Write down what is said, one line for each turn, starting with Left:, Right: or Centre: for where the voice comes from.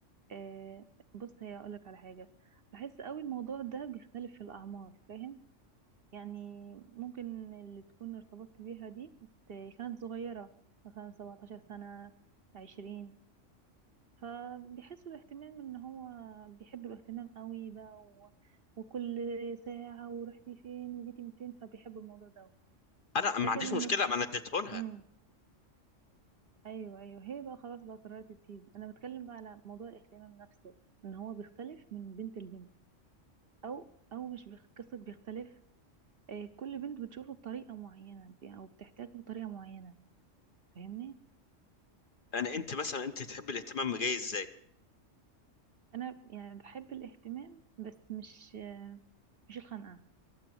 Right: آه بص هي اقولك على حاجة بحس قوي الموضوع ده بيختلف في الاعمار فاهم يعني ممكن اللي تكون ارتبطت بيها دي ت- كانت صغيرة مثلا 17 سنة 20 فبيحسوا الاهتمام ان هو بيحبوا الاهتمام قوي بقى و... وكل ساعة ورحتي فين وجيتي من فين فبيحبوا الموضوع ده أوي.
Left: انا ما
Right: لكن
Left: عنديش
Right: لما
Left: مشكله ما انا اديته لها
Right: امم ايوه ايوه هي بقى خلاص بقى قررت تسيب انا بتكلم بقى على موضوع الاهتمام نفسه ان هو بيختلف من بنت لبنت او او مش بيخ- قصة بيختلف آه، كل بنت بتشوفه بطريقة معينة ب- او بتحتاجه بطريقة معينة فاهمني
Left: يعني انت مثلا انت تحب الاهتمام جاي ازاي
Right: انا يعني بحب الاهتمام بس مش مش الخنقه